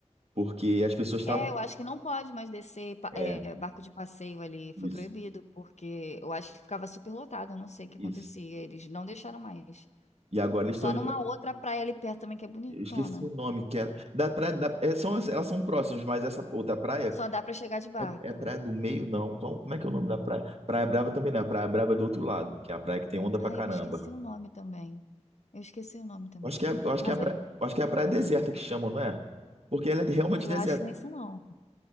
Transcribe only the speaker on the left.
É, eu acho que não pode mais descer pa-
é, barco de passeio ali, foi
proibido, porque eu acho que ficava super lotado, eu não sei o que
acontecia, eles não deixaram mais.
Só
numa
outra praia ali perto também, que é bonitona.
Só dá pra chegar de barco.
Ai,
eu esqueci o nome também. Eu esqueci o nome também.
Mas
eu,
eu
acho que não é isso não.